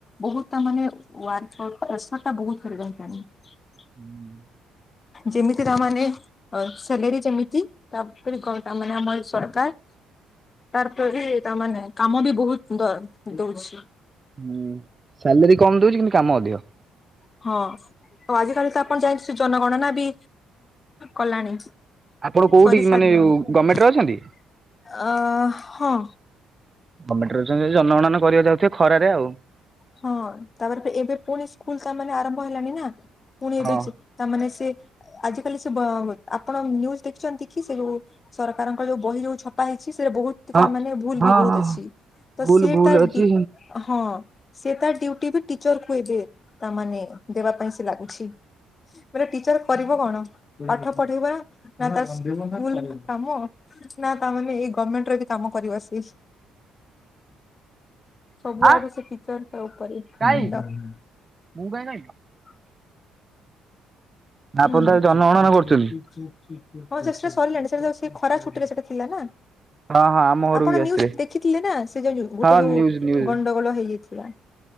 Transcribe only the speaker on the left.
ବହୁତ ତା ମାନେ ୱାର୍କ ପ୍ରେସରଟା ବହୁତ। <unintelligible>
ଯେମିତି ତା ମାନେ ସାଲେରୀ ଯେମିତି ତାପରେ <unintelligible> ଆମର ଏ ସରକାର <unintelligible> ତା ମାନେ କାମ ବି ବହୁତ ଦଉଛି।
ହଁ ତ ଆଜିିକାଲି ତ ଆପଣ ଯାଇଚନ୍ତି ଜନଗଣନା ବି କଲାଣି।
କରି ସାରିଲେଣି।
ଅ
ହଁ।
ହଁ ତାପରେ ଏବେ ପୁଣି ସ୍କୁଲ ତା ମାନେ ଆରମ୍ଭ ହେଲାଣି ନା। ପୁଣି ଏବେ
ତା ମାନେ ସେ ଆଜିିକାଲି ସେ ବ ଆପଣ ନ୍ୟୁଜ ଦେଖିଛନ୍ତି କି ସେ ଯୋଉ ସରକାରଙ୍କ ଯୋଉ ବହି ଯୋଉ ଛପା ହେଇ ଛି ସେଟା ବହୁତ
ତା ମାନେ ଭୁଲ
ବି ବହୁତ
ଅଛି। ତ
ସେ
ତାର
ଡ଼ି ହଁ। ସେ ତା ଡ୍ୟୁଟି ବି ଟିଚରକୁୁ ଏବେ ତା ମାନେ ଦେବା ପାଇଁ ସେ ଲାଗୁଛି। ଗୋଟେ ଟିଚର କରିବ କଣ ପାଠ ପଢେଇବା ନା ତା ସ୍କୁଲ କାମ ନା ତା ମାନେ ଏଇ ଗମେଣ୍ଟର ବି କାମ କରିବ ସିଏ। ସବୁଆଡୁ
ସେ ଟି <unintelligible>
ଉଁ ହୁଁ।
ହଁ
ସେଟା ସରିଲାଣି ସେଟା ସେ ଖରା ଛୁଟିରେ ସେଟା ଥିଲା ନା।
ଆପଣ
ନ୍ୟୁଜ ଦେଖିଥିଲେ ନା ସେ ଯଉ ଗୋଟେ
ଯୋଉ
ଗଣ୍ଡଗୋଳ ହେଇଯା। <unintelligible>